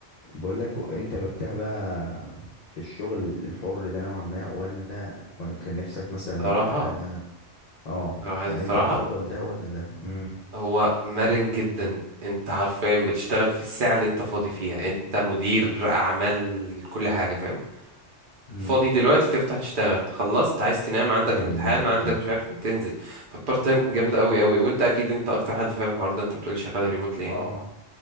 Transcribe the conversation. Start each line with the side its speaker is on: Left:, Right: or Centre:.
Left: بقول لك انت مرتاح بقى في الشغل الحر ده نوعا ما ولا كان نفسك مثلا
Right: صراحة
Left: اه آه،
Right: صراحة الصراحة
Left: يعني انت بتفضل ده ولا ده امم
Right: هو مرن جدا انت حرفيا بتشتغل في الساعة اللي انت فاضي فيها انت مدير اعمال كل حاجة فاهم
Left: امم
Right: فاضي دلوقتي تفتح تشتغل خلصت عايز تنام عندك
Left: فاهم
Right: امتحان
Left: اللي انت بتتكلم
Right: عندك مش
Left: فيه
Right: عارف ايه تنزل فالبارت تايم جامدة قوي قوي وانت اكيد انت اكتر حد فاهم الحوار ده انت بتقولي شغال ريموتلي يعني
Left: اه